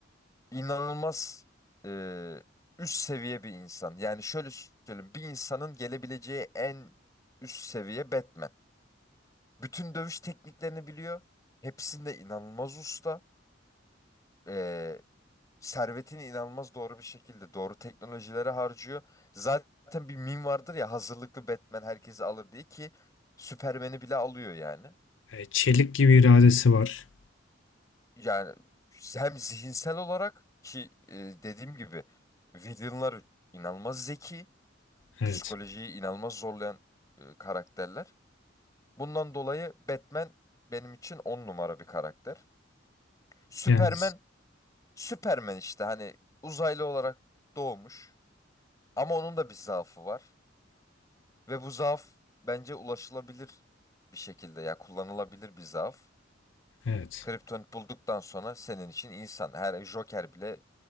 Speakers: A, on the left (about 20°); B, on the left (about 80°).
A: inanılmaz e, üst seviye bir insan. Yani şöyle söyleyeyim, bir insanın gelebileceği en üst seviye Batman. Bütün dövüş tekniklerini biliyor. Hepsinde inanılmaz usta. E, servetini inanılmaz doğru bir şekilde, doğru teknolojilere harcıyor. Zaten bir meme vardır ya, hazırlıklı Batman herkesi alır diye ki Superman'i bile alıyor yani.
B: E, çelik gibi iradesi var.
A: Yani hem zihinsel olarak ki e, dediğim gibi villainlar inanılmaz zeki.
B: Evet.
A: psikolojiyi inanılmaz zorlayan e, karakterler. Bundan dolayı Batman benim için on numara bir karakter. Superman,
B: Yani
A: Superman işte hani uzaylı olarak doğmuş ama onun da bir zaafı var ve bu zaaf bence ulaşılabilir bir şekilde ya kullanılabilir bir zaaf.
B: evet.
A: Kriptonit bulduktan sonra senin için insan her Joker bile